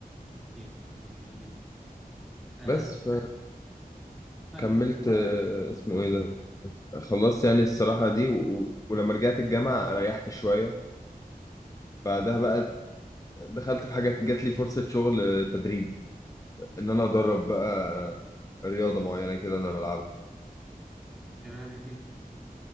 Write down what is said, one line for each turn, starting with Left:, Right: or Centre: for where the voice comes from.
Centre: ايه صحيح جميل جدا آه
Left: بس
Centre: طيب
Left: فكملت آه، اسمه ايه ده خلصت يعني الصراحه دي و... و- ولما رجعت الجامعه ريحت شويه بعدها بقى دخلت في حاجه جات لي فرصه شغل آه، تدريب ان انا ادرب بقى رياضه معينه كده انا بلعبها
Centre: ده رياضة ايه